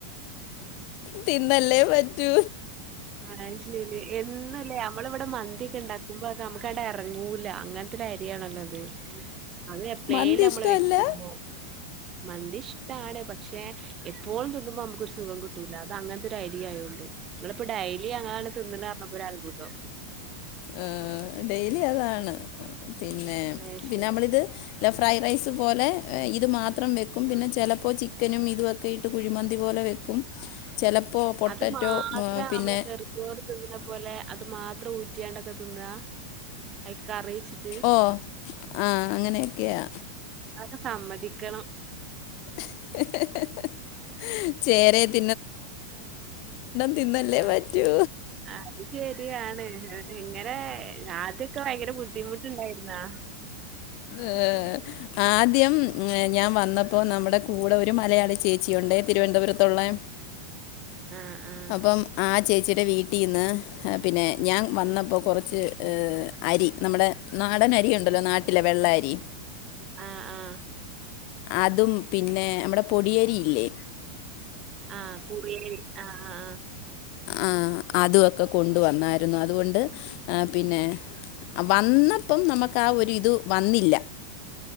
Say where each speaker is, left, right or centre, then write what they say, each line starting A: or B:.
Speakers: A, on the left; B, on the right.
A: തിന്നല്ലേ പറ്റു
B: <unintelligible> എന്നുലെ അമ്മള് ഇവിടെ മന്തിയൊക്കെ ഉണ്ടാക്കുമ്പോക്കെ അമക്കങ്ങടെ എറങ്ങൂല <unintelligible> <unintelligible> അരിയാണല്ലത് അത് എപ്പളെല്
A: മന്തി
B: അമ്മള്
A: ഇഷ്ടമല്ല
B: വെക്കുമ്പോ <unintelligible> <unintelligible> പക്ഷെ എപ്പോഴും തിന്നുമ്പോൾ നമുക്കൊരു സുഖം കിട്ടൂല അത് അങ്ങനത്തൊരു അരിയായൊണ്ട് പ്പൊ ഡെയ്ലി <unintelligible> തിന്ന്ണ് പറഞ്ഞപ്പോ ഒരത്ഭുതം
A: ഉം ഡെയിലി അതാണ് പിന്നെ
B: അത് ശരി
A: പിന്നെ അമ്മളിത് <unintelligible> ഫ്രൈഡ് റൈസ് പോലെ ഇത് മാത്രം വെയ്ക്കും
B: ആ.
A: പിന്നെ ചെലപ്പോ ചിക്കനും ഇതൊക്കെ ഇട്ട് കുഴിമന്തി പോലെ <unintelligible> <unintelligible> ചെലപ്പോ പൊട്ടറ്റോ
B: അത് മാത്രം
A: ഉ പിന്നെ
B: <unintelligible> അത് മാത്രം ഊട്ടിയാണ്ട് ആ തിന്നാ ആയില്ക് <unintelligible>
A: ഓ ആ അങ്ങനെയൊക്കെയാ
B: അത് സമ്മതിക്കണം
A: <inaudible> <unintelligible> <unintelligible> തിന്നല്ലേ
B: ആ ആ.
A: പറ്റൂ
B: അത് ശെരിയാണ് എങ്ങനെ ആദ്യൊക്കെ ഭയങ്കര ബുദ്ധിമുട്ടുണ്ടായിരുന്നാ
A: ഏഹ് ആദ്യം ഏ ഞാൻ വന്നപ്പോ നമ്മുടെ കൂടെ ഒരു മലയാളി ചേച്ചിയുണ്ടേ തിരുവനന്തപുരത്തുള്ളേ.
B: ആഹ് ആഹ്.
A: അപ്പം ആ ചേച്ചിയുടെ വീട്ടിന്ന് പിന്നെ ഞാൻ വന്നപ്പോ കൊറച്ച് ഏ അരി നമ്മുടെ നാടൻ അരി ഉണ്ടല്ലോ നാട്ടിലെ വെള്ള അരി
B: ആഹ് ആഹ്.
A: അതും പിന്നെ നമ്മടെ പൊടിയരിയില്ലേ?
B: ആഹ് കുറി അരി ആ ആ ആ
A: ആഹ്, അത് ഒക്കെ കൊണ്ടുവന്നായിരുന്നു. അതുകൊണ്ട് ആ പിന്നെ അ വന്നപ്പം നമ്മക്ക് ആ ഒരു ഇത് വന്നില്ല.